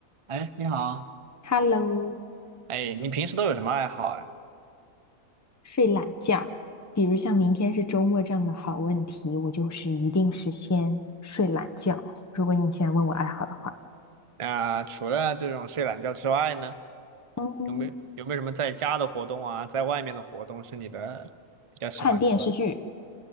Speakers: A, on the right; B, on the left.
A: 哎，你好，
B: Hello，
A: 哎，你平时都有什么爱好呀？
B: 睡懒觉，比如像明天是周末这样的好问题，我就是一定是先睡懒觉。如果你现在问我爱好的话，
A: 啊，除了这种睡懒觉之外呢，
B: 嗯，
A: 有没有有没有什么在家的活动啊，在外面的活动是你的比较喜欢做的
B: 看电视剧。